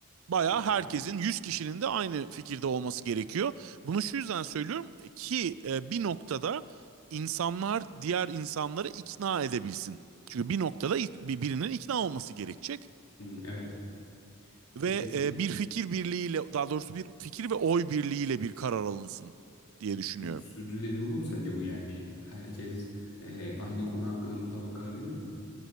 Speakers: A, on the right; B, on the left.
A: Bayağı
B: yani,
A: herkesin 100 kişinin de aynı fikirde olması gerekiyor. Bunu şu yüzden söylüyorum ki e, bir noktada insanlar diğer insanları ikna edebilsin. Çünkü bir noktada ilk- bir- birinin ikna olması gerekecek.
B: hmm, evet.
A: ve
B: E, peki.
A: e, bir fikir birliğiyle daha doğrusu bir fikir ve oy birliğiyle bir karar alınsın diye
B: E,
A: düşünüyorum.
B: Peki sürdürülebilir olur mu sence bu yani? Herkes e, aynı konu hakkında mutabık kalabilir mi?